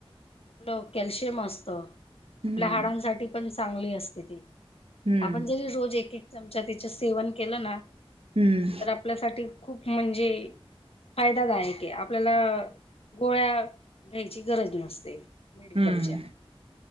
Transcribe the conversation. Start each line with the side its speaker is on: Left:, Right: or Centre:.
Left: लो कॅल्शियम असतो. आपल्या
Right: हम्म
Left: हाडांसाठी पण चांगली असते ती.
Right: हम्म
Left: आपण जरी रोज एक एक चमचा तिचं सेवन केलं ना.
Right: हम्म.
Left: तर आपल्यासाठी खूप म्हणजे, फायदायक आहे. आपल्याला गोळ्या घ्यायची गरज नसते. मेडिकलच्या
Right: हम्म